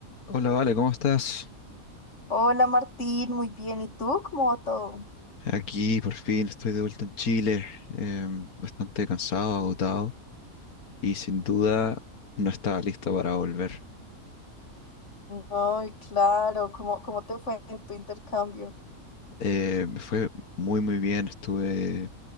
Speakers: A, on the left; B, on the left.
A: Hola, Vale, ¿cómo estás?
B: Hola Martín, muy bien. ¿Y tú? ¿Cómo va todo?
A: Aquí por fin estoy de vuelta en Chile, em, bastante cansado, agotado y sin duda no estaba listo para volver.
B: Ay, claro, ¿cómo, cómo te fue en tu intercambio?
A: Eh, me fue muy muy bien, estuve